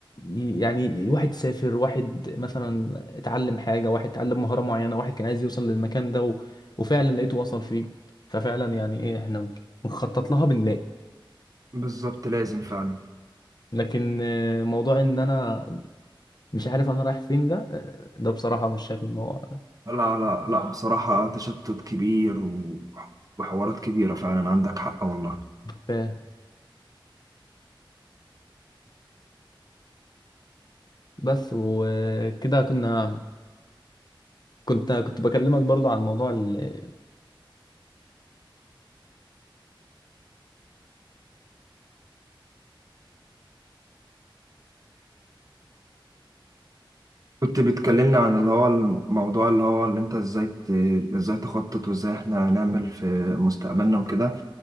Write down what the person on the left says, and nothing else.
ي- يعني واحد سافر واحد مثلا اتعلم حاجه واحد اتعلم مهاره معينه واحد كان عايز يوصل للمكان ده و... وفعلا لقيته وصل فيه ففعلا يعني ايه احنا بنخطط لها بنلاقي
لكن آه، موضوع ان انا مش عارف انا رايح فين ده آه، ده بصراحة مش شايف ان هو
فاهم بس وكده كنا كنت كنت بكلمك برضو عن موضوع ال...